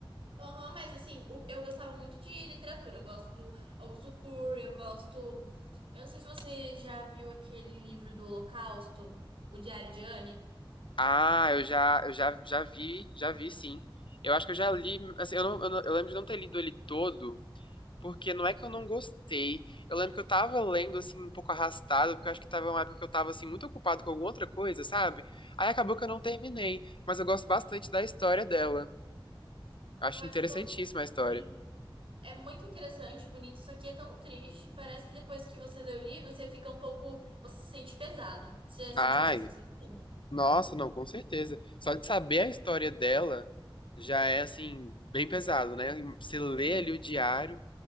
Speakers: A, on the right; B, on the left.
A: Aham, mas assim, o- eu gostava muito de literatura. Eu gosto do Augusto Cury, eu gosto. Eu não sei se você já viu aquele livro do Holocausto, O Diário de Anne.
B: Ah, eu já, eu já, já vi, já vi, sim. Eu acho que eu já li, assim, eu não, eu não- eu lembro de não ter lido ele todo, porque não é que eu não gostei. Eu lembro que eu tava lendo, assim, um pouco arrastado, porque eu acho que tava uma época que eu tava, assim, muito ocupado com alguma outra coisa, sabe? Aí acabou que eu não terminei, mas eu gosto bastante da história dela. Acho
A: Eu acho
B: interessantíssima
A: tanto,
B: a história.
A: assim, é muito interessante, bonito, só que é tão triste. Parece que depois que você lê o livro, você fica um pouco. Você se sente pesado. Você já
B: Ai,
A: sentiu essa sensação?
B: nossa, não, com certeza. Só de saber a história dela já é, assim, bem pesado, né? Você lê ali o diário.